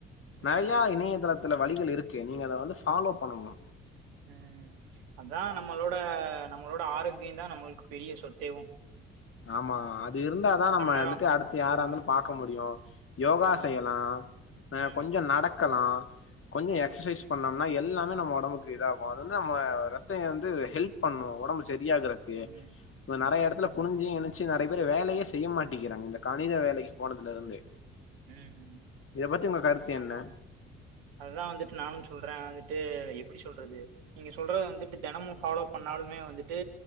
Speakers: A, on the right; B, on the left.
A: ம்.
B: நெறைய இணையத்தளத் இதுல வழிகள் இருக்கு நீங்க அத வந்து ஃபாலோ பண்ணணு
A: ம் அதா நம்மளோட நம்மளோட ஆரோக் ங்கியுதா நம்மளுக்கு பெரிய சொத்தேவு
B: ஆமா அது இருந்தாதா நம்ம
A: நேரம்
B: வந்துட்டு அடுத்து யாரா
A: ஆ
B: இருந்தாலு பாக்க முடியு யோகா
A: ம்
B: செய்யலா
A: ம்
B: கொஞ்சோ நடக்கலா <inaudible> கொஞ்சோ
A: ம்
B: எக்சசைஸ் பண்ணோம் ஆனா எல்லாமே நம்ம வொடம்புக்கு இதாகு அது வந்து நம்ம ரத்த வந்து ஹெல்ப் பண்ணு வொடம்பு ச சரியாகரக்கு
A: ம்
B: இப்ப நெறைய
A: ம்
B: எடத்துலப் நெனைச்சு நெறைய பேர் வேலையே செய்ய மாட்டிக்கிறாங்க இந்த கணித வேலைக்கு போனதுல இருந்து
A: ம் ம்
B: இத பத்தி உங்க கருத்து
A: ஆமா
B: என்ன
A: அததா வந்துட்டு நானு சொல்றே வந்துட்டு எப்டி சொல்றது நீங்க சொல்ற வந்துட்டு தெனமு ஃபாலோ பண்ணாலுமே வந்துட்டு